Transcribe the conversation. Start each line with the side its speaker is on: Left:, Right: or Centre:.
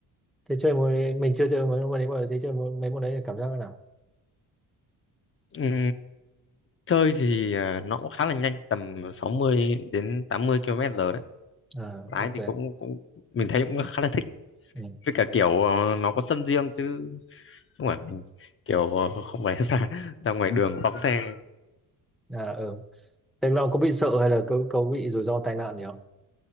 Centre: thế chơi môn mình chưa chơi mấy môn đấy mà thế chơi môn, mấy môn đấy thì cảm giác thế nào
Left: Ừm, chơi thì à, nó cũng khá là nhanh tầm 60 đến 80 km giờ đấy
Centre: à
Left: lái
Centre: ok
Left: thì cũng cũng mình thấy cũng khá là thích
Centre: ừ.
Left: với cả kiểu ờ, nó có sân riêng chứ không phải mình kiểu ờ, không phải <laughs> ra ra ngoài đường phóng xe
Centre: à ừ thế là có bị sợ hay là có, có bị rủi ro tai nạn gì không